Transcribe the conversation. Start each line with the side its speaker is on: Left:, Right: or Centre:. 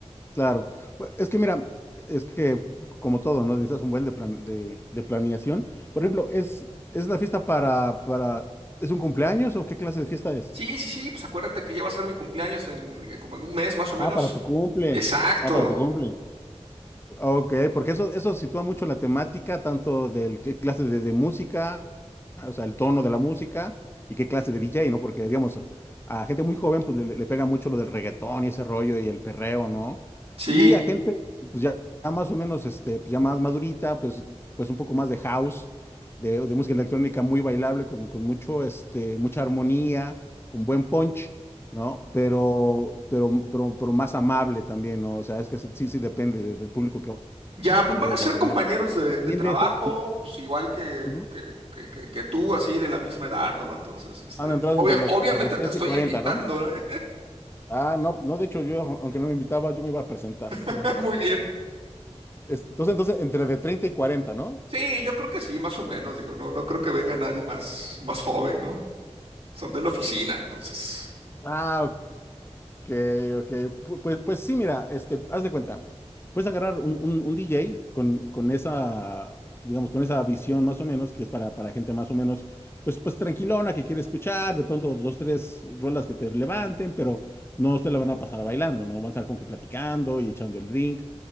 Left: claro. Bu- Es que mira, Es que, como todo, ¿no? Necesitas un buen de, plan- de, de planeación. Por ejemplo, ¿es, es la fiesta para, para, ¿es un cumpleaños o qué clase de fiesta es?
Right: Sí, sí, sí, pues acuérdate que ya va a ser mi cumpleaños en eh, como en un mes más o menos.
Left: Ah, para tu cumple.
Right: Exacto,
Left: Ah, para tu cumple. Ok, porque eso, eso sitúa mucho la temática, tanto del qué clase de, de música, o sea, el tono de la música y qué clase de DJ, ¿no? Porque, digamos, a gente muy joven, pues le, le- le pega mucho lo del reggaetón y ese rollo y el perreo, ¿no?
Right: sí.
Left: Y a gente, pues ya, ya más o menos, este, pues ya más madurita, pues, pues un poco más de house, de, de música electrónica muy bailable, con, con mucho, este, mucha armonía, con buen punch. ¿no? Pero, pero, pero, pero más amable también, ¿no? O sea, es que sí, sí depende de- del público que
Right: Ya, pues van
Left: vayas
Right: a ser
Left: a tener.
Right: compañeros de,
Left: También
Right: de trabajo,
Left: de eso, y-
Right: pues igual que,
Left: ujú,
Right: que, que, que- que tú, así de la misma edad, ¿no? Entonces, este,
Left: han entrado
Right: pues, obvia-
Left: entre los,
Right: obviamente
Left: entre los treinta
Right: te estoy
Left: y cuarenta
Right: invitando,
Left: ¿no?
Right: ¿eh?
Left: Ah, no, no, de hecho yo, aunque no me invitaba, yo me iba a presentar, de todos
Right: <laughs>
Left: modos.
Right: Muy bien.
Left: Es- Entonces, entonces, entre de treinta y cuarenta ¿no?
Right: Sí, yo creo que sí, más o menos, digo, no, no creo que venga nadie más, más joven, ¿no? Son de la oficina, entonces.
Left: Ah, Ok, ok. Pu- Pues, pues sí, mira, este, haz de cuenta. Puedes agarrar un, un- un DJ con, con esa, digamos, con esa visión más o menos, que es para, para gente más o menos, pues, pues tranquilona, que quiere escuchar, de pronto dos, tres rolas que te levanten, pero no se la van a pasar bailando, ¿no? Van a estar con que platicando y echando el drink,